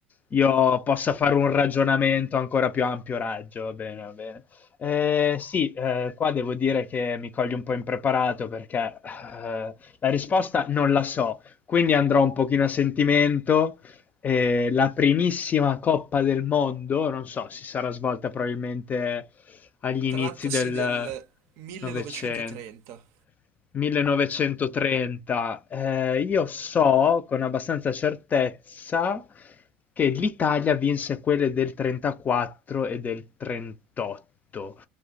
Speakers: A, on the left; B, on the right.
A: io possa fare un ragionamento ancora più ampio raggio, va bene, va bene. Eh, sì, eh, qua devo dire che mi coglie un po' impreparato perché eh, la risposta non la so, quindi andrò un pochino a sentimento. Eh, la primissima Coppa del Mondo, non so, si sarà svolta probabilmente agli inizi
B: Trattasi
A: del
B: del 1930.
A: Novecento. 1930. Eh, io so con abbastanza certezza che l'Italia vinse quelle del 34 e del 38,